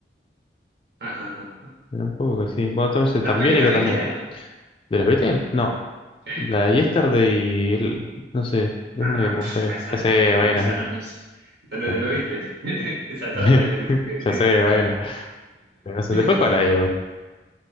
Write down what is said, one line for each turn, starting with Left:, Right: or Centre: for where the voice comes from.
Right: Ajá, ajá, ajá.
Left: Pero un poco que sí. Bueno, entonces
Right: ¿Las
Left: también
Right: pelis
Left: y
Right: las viste?
Left: también. ¿De los Beatles? No.
Right: Sí.
Left: La de Yesterday, el- no sé, es
Right: Ah,
Left: una que me
Right: pf,
Left: gustaría.
Right: esa,
Left: Ya sé,
Right: esa
Left: bueno, es
Right: no es. Esa no
Left: un...
Right: es de los Beatles. <laughs> Esa trata
Left: <laughs>
Right: de los Beatles, que es
Left: Ya
Right: distinto.
Left: sé, bueno. Pero No sé, después
Right: <laughs>
Left: cuál hay igual.